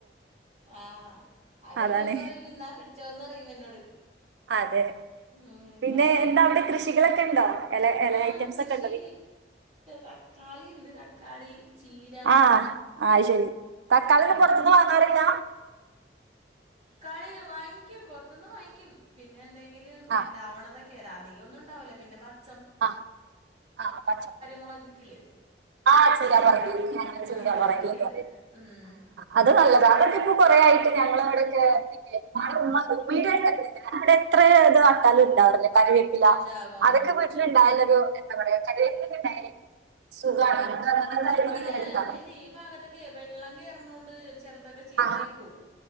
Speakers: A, on the right; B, on the right.
A: ആ അതെ
B: അതാണ്
A: ഞാൻ പറയുബോ നാ പിടിച്ചോ ന്ന് പറയും എന്നോട്
B: അതെ
A: ഉം
B: പിന്നെ
A: ഞാൻ അപ്പ
B: എന്താ
A: അത്
B: അവിടെ
A: കാരണം
B: കൃഷികളൊക്കെ ഉണ്ടോ ഇല ഇല
A: ആ
B: ഐറ്റംസ്
A: കൃഷി
B: ഒക്കെ ഉണ്ടോ
A: തക്കാളി ണ്ട് തക്കാളി ചീര
B: ആ അയ് ശരി തക്കാളിന്നുംപുറത്തിന്ന്
A: ഉം.
B: വാങ്ങാറില്ല
A: ക്കാളിവാങ്ങിക്കും പൊർത്ത്ന്ന് വാങ്ങിക്കും പിന്നെ എങ്കിലും
B: ആ
A: ഇണ്ടാവ്ണതൊക് കേരം അതികൊന്നുണ്ടാവുല പിന്നെ പത്
B: അ ആപച്ചമുളക്
A: മുളകില്ലേ
B: ആ ചീര പർങ്കി ഞങ്ങള്
A: ആ
B: ചീരാ പർങ്കി
A: അതൊക്കെ ഉണ്ട്
B: പറിം
A: ഉം.
B: അത് നല്ലതാ അതിപ്പോ കുറെയായിട്ട് ഞങ്ങളെ ഇവിടെക്കെ <unintelligible> എത്ര ഇത് നട്ടാലുംഉണ്ടാവില്ല കറിവേപ്പില
A: ഉണ്ടാവാ
B: അതൊക്കെ വി എത്രണ്ടായാലൊരു <unintelligible> സുഖാണ് അങ്ങനെ കാര്യങ്ങൾ
A: ഇവിടെ
B: ഇങ്ങനെ എടുത്താ മതി
A: അല്ലി ഈ ഭാഗത്തൊക്കെ വെള്ളം കേർ ണുണ്ട് ചെൽതൊക്കെ ചീത്തായി
B: ആ
A: പോവും